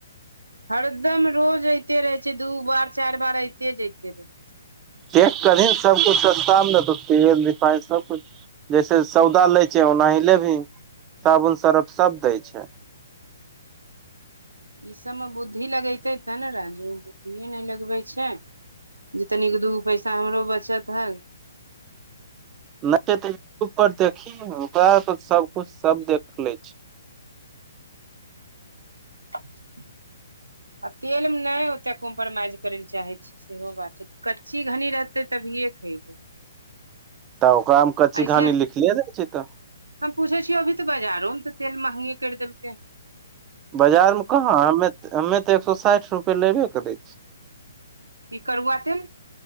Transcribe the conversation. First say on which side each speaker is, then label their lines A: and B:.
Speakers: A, on the right (about 85°); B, on the right (about 20°).
A: हरदम रोज ऐते रहे छै दू बार चार बार ऐते जेते रहे
B: चेक करही न सब कुछ सस्ता म तऽ तेल रिफाइन सब कुछ जैसे सौदा लै छै ओनाही लेबही साबुन सर्फ सब दै छै।
A: ईसभमे बुद्धि लगेते तब ने राजु बुद्धिए नै लगबै छै। जे तनि दूग पैसा हमरो बचत हय
B: नै तऽ यूट्यूब पर देखी ओकरा सबकुछ सब देख लै छै।
A: <unintelligible> आ तेल में ओते कम्प्रोमाइज करे ले चाहे छी सेहो बात छै कच्ची घनी रहतै तभिए खयबै
B: तऽ ओकरा मे कच्ची
A: ऐसे
B: घानी लिखले रहै छै। तऽ
A: हम पूछे छियै अभी तऽ बजारो में तऽ तेल महंगे कैर देलकै है
B: बाजार में कहाँ हमे हमे तऽ एक सौ साइठ रूपै लेबे करै छियै। <inaudible>
A: ई करुआतेल